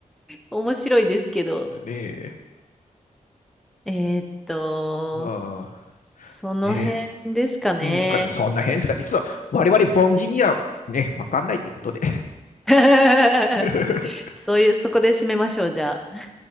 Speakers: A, in the centre; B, on the left (about 75°).
A: 面白いですけど。
B: ねえ。
A: えーっと、
B: ああ
A: その辺ですかね。
B: ねえ。うんかね、そんな変ですかね。実は我々凡人にはね、わかんないってことで。
A: <laughs>
B: <laughs>
A: そういう、そこで締めましょう、じゃあ。